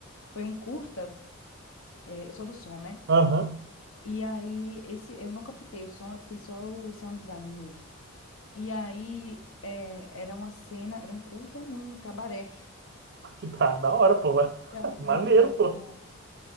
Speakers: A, on the left; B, on the right.
A: foi um curta, é, eu sou do som, né?
B: Aham,
A: E aí, esse, eu não captei o som, eu fiz só o sound designer mesmo. E aí, é, era uma cena, era um curta num cabaré.
B: <laughs> que tá, da hora, pô. <laughs>
A: <laughs> Cara,
B: Maneiro,
A: muito engraçado.
B: pô.